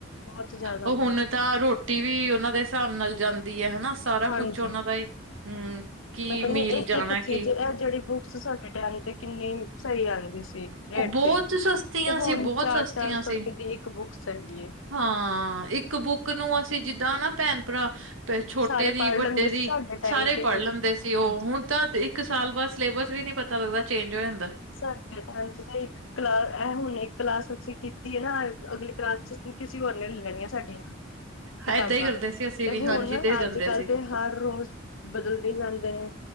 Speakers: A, on the left; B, on the right.
A: ਬਹੁਤ ਜ਼ਿਆਦਾ
B: ਉਹ
A: ਨੇ
B: ਹੁਣ ਤਾਂ ਰੋਟੀ ਰੋਟੀ ਵੀ ਉਹਨਾਂ ਦੇ ਹਿਸਾਬ ਨਾਲ ਜਾਂਦੀ ਹੈ, ਹਨਾ। ਸਾਰਾ
A: ਹਾਂਜੀ।
B: ਕੁਛ ਉਹਨਾਂ ਦਾ ਹੀ, ਹਮ ਕੀ
A: ਮੈਂ ਕਹਿੰਦੀ
B: ਮੀਲ
A: ਇੱਕ-ਇੱਕ
B: ਜਾਣਾ
A: ਚੀਜ਼
B: ਕੀ
A: ਇਹ ਜਿਹੜੀ ਬੁੱਕ ਸਾਡੇ ਟਾਈਮ ਤੇ ਕਿੰਨੀ ਸਹੀ ਆਉਂਦੀ ਸੀ। ਰੇਟ
B: ਕ- ਬਹੁਤ
A: ਤੇ,
B: ਸਸਤੀਆਂ
A: ਤੇ ਹੁਣ
B: ਸੀ ਬਹੁਤ
A: ਚਾਰ
B: ਸਸਤੀਆਂ
A: -ਚਾਰ ਸੌ
B: ਸੀ
A: ਰੁਪਏ ਦੀ ਇੱਕ ਬੁੱਕਸ ਹੈਗੀ ਹੈ।
B: ਹਾਂ ਇੱਕ ਬੁੱਕ ਨੂੰ ਅਸੀਂ ਜਿੱਦਾਂ ਨਾ ਭੈਣ- ਭਰਾ ਪ ਛੋਟੇ
A: ਸਾਰੇ
B: ਦੀ,
A: ਪੜ੍ਹ
B: ਵੱਡੇ
A: ਲੈਂਦੇ
B: ਦੀ
A: ਸੀ ਸਾਡੇ ਟਾਈਮ
B: ਸਾਰੇ
A: ਤੇ
B: ਪੜ੍ਹ
A: ਹਾਂਜੀ।
B: ਲੈਂਦੇ ਸੀ ਉਹ। ਹੁਣ ਤਾਂ ਇੱਕ ਸਾਲ ਬਾਅਦ ਸਿਲੇਬਸ ਵੀ ਨਹੀਂ ਪਤਾ ਲੱਗਦਾ, ਚੇਂਜ ਹੋ ਜਾਂਦਾ।
A: ਸਾਡੇ ਟਾਇਮ 'ਚ ਤੇ। ਕਲਾਸ ਇਹ ਹੁਣ ਇੱਕ ਕਲਾਸ ਅਸੀਂ ਕੀਤੀ ਹੈ ਨਾ, ਅਗਲੀ ਕਲਾਸ ਚ ਕਿਸੇ ਹੋਰ ਨੇ ਲੈ ਲੈਣੀ ਆ ਸਾਡੀਆਂ।
B: ਹ
A: ਕਿਤਾਬਾਂ
B: ਏਦਾਂ ਹੀ ਕਰਦੇ ਸੀ, ਅਸੀਂ
A: ਤੇ
B: ਵੀ
A: ਹੁਣ
B: ਹਾਂਜੀ ਦੇ
A: ਅੱਜ
B: ਦਿੰਦੇ
A: ਕੱਲ
B: ਸੀ।
A: ਤੇ ਹਰ ਰੋਜ਼ ਬਦਲਦੇ ਜਾਂਦੇ ਨੇ